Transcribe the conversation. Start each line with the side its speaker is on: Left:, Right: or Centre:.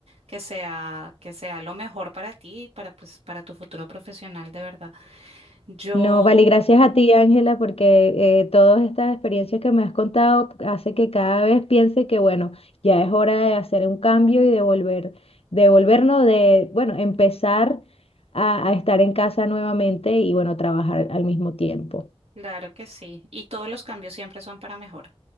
Right: que sea, que sea lo mejor para ti y para, pues, para tu futuro profesional, de verdad. Yo,
Left: No, vale, gracias a ti, Ángela, porque eh, todas estas experiencias que me has contado hace que cada vez piense que, bueno, ya es hora de hacer un cambio y de volver, de volvernos, de, bueno, empezar a, a estar en casa nuevamente y, bueno, trabajar al mismo tiempo.
Right: claro que sí. Y todos los cambios siempre son para mejor.